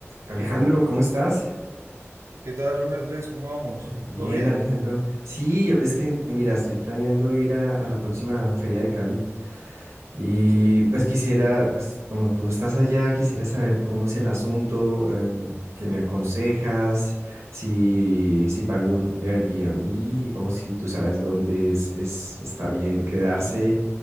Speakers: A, on the right (about 70°); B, on the right (about 80°).
A: Alejandro, ¿cómo estás?
B: ¿Qué tal, hombre Andrés? ¿Cómo vamos?
A: Bien,
B: ¿Todo bien?
A: Alejandro. Sí, yo, es que, mira, estoy planeando ir a, a la próxima Feria de Cali y
B: Sí,
A: pues quisiera, pues como tú estás allá, quisiera saber cómo es el asunto, eh, qué me aconsejas, si, si pago un Airbnb o si tú sabes dónde es, es- está bien quedarse,